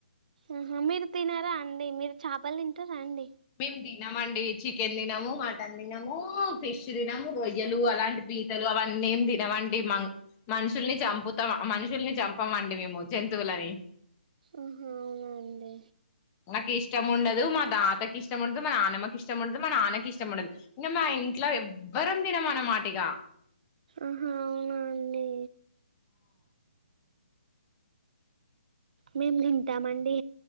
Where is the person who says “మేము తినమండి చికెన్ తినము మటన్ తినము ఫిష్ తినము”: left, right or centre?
Left